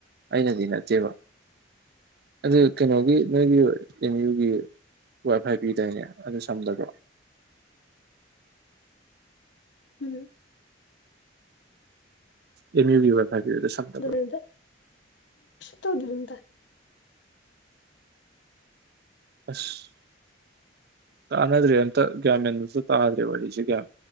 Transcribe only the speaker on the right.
ꯑꯩꯅꯗꯤ ꯅꯠꯇꯦꯕ ꯑꯗꯨ ꯀꯩꯅꯣꯒꯤ ꯅꯣꯏꯒꯤ ꯑꯦꯝ ꯌꯨꯒꯤ ꯋꯥꯏ ꯐꯥꯏ ꯄꯤꯗꯥꯏꯅꯦ ꯑꯗꯨ ꯁꯝꯗꯕ꯭ꯔꯣ
ꯑꯦꯝ ꯌꯨꯒꯤ ꯋꯥꯏꯐꯥꯏ ꯄꯤꯕꯗꯨ ꯁꯝꯗꯕ꯭ꯔꯣ
ꯑꯁ ꯇꯥꯟꯅꯗ꯭ꯔꯦ ꯑꯝꯇ ꯒ꯭ꯌꯥꯃꯦꯟꯗꯨꯁꯨ ꯇꯥꯗ꯭ꯔꯦ ꯋꯥꯔꯤꯁꯦ ꯒ꯭ꯌꯥꯟ